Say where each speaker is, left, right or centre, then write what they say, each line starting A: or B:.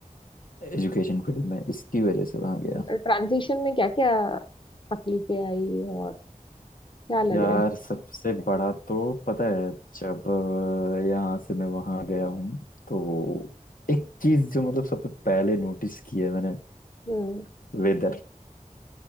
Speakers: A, on the left; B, on the left.
A: एजुकेशन फील्ड में इसकी वजह से वहाँ गया
B: ट्रांजिशन में क्या क्या तकलीफें आई और क्या लग
A: यार
B: रहा है
A: सबसे बड़ा तो पता है जब अ, यहाँ से मैं वहाँ गया हूँ तो एक चीज जो मतलब सबसे पहले नोटिस की है मैंने
B: हम्म
A: वेदर